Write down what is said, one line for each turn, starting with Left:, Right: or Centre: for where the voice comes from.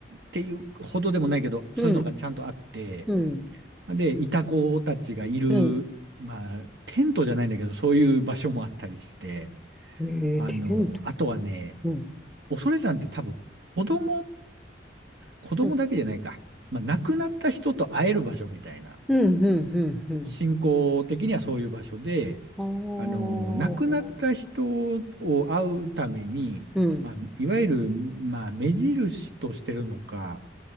Right: ていうほどでもないけど、そういうのがちゃんとあって、
Centre: う。うん。うん。
Right: で、イタコたちがいる、
Centre: うん。
Right: まあ、テントじゃないんだけど、そういう場所もあったりして、
Centre: ええテント。
Right: あの、あとはね、
Centre: うん。
Right: 恐山って多分、子供、子供だけじゃないか。
Centre: うん。
Right: まあ、亡くなった人と会える場所みたいな。
Centre: うん。うん。うん。うん
Right: 信仰的にはそういう場所で、
Centre: ああ。
Right: あの、亡くなった人を会うために、
Centre: うん。
Right: まあ、いわゆる、まあ、目印としてるのか、